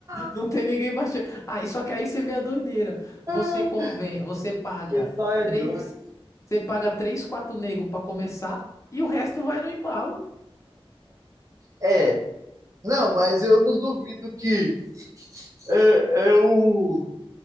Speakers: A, on the right; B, on the left.
A: Ah.
B: Não tem ninguém baixando. Ah, e só que aí você vê a doideira. Você
A: O
B: convém, você paga
A: pessoal é
B: três,
A: doido.
B: você paga três, quatro nego pra começar e o resto vai no embalo.
A: É, não, mas eu não duvido que é, é, o,